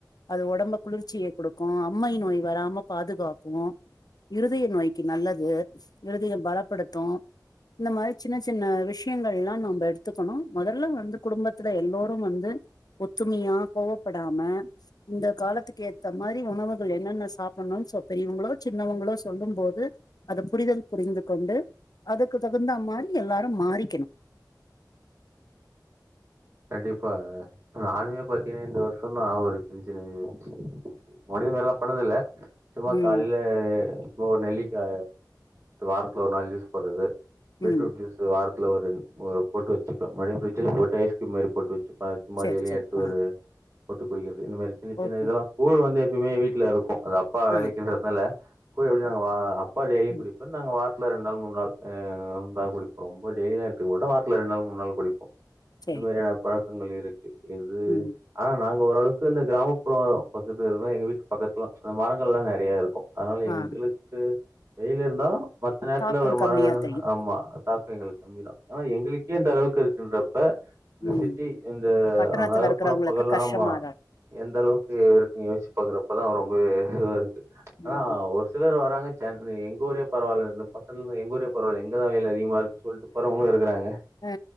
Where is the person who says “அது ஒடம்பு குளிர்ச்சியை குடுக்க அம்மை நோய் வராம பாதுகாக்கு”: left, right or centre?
Left